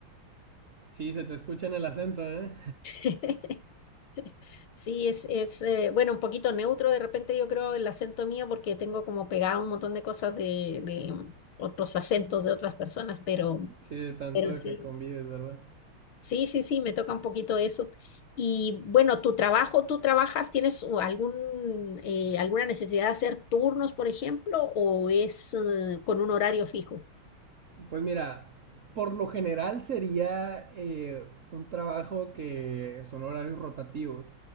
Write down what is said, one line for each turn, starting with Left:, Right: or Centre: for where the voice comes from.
Right: Sí, se te escucha en el acento, ¿eh?
Left: <laughs> <laughs> Sí, es, es eh, bueno, un poquito neutro de repente yo creo el acento mío porque tengo como pegado un montón de cosas de, de otros acentos de otras personas, pero,
Right: <laughs> Sí, de tanto
Left: pero sí,
Right: que convives, ¿verdad?
Left: sí, sí, sí, me toca un poquito eso. Y bueno, tu trabajo, tú trabajas, ¿tienes u- algún, eh, alguna necesidad de hacer turnos, por ejemplo, o es eh, con un horario fijo?
Right: Pues mira, por lo general sería eh, un trabajo que son horarios rotativos.